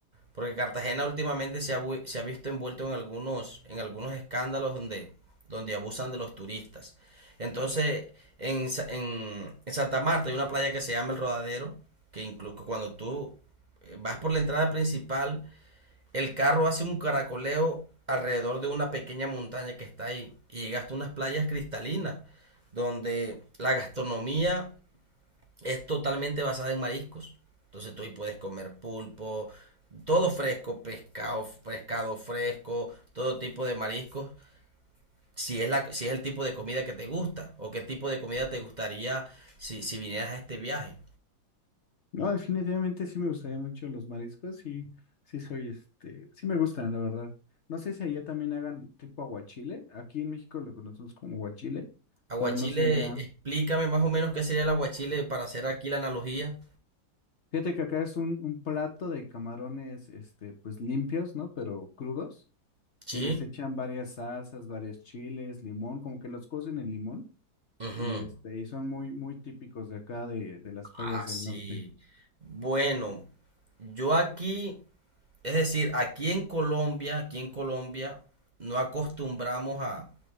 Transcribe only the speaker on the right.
Porque Cartagena últimamente se ha, vu- se ha visto envuelto en algunos, en algunos escándalos donde, donde abusan de los turistas. Entonces, en, Sa- en, en Santa Marta hay una playa que se llama El Rodadero, que incluso cuando tú eh, vas por la entrada principal, el carro hace un caracoleo alrededor de una pequeña montaña que está ahí y llegaste a unas playas cristalinas, donde la gastronomía es totalmente basada en mariscos. Entonces tú ahí puedes comer pulpo, todo fresco, pescado, pescado fresco, todo tipo de mariscos. Si es, la, si es el tipo de comida que te gusta o qué tipo de comida te gustaría si, si vinieras a este viaje.
Aguachile,
explícame más o menos qué sería el aguachile para hacer aquí la analogía.
Sí.
Ujú.
Ah,
sí.
Bueno, yo aquí, es decir, aquí en Colombia, aquí en Colombia, no acostumbramos a,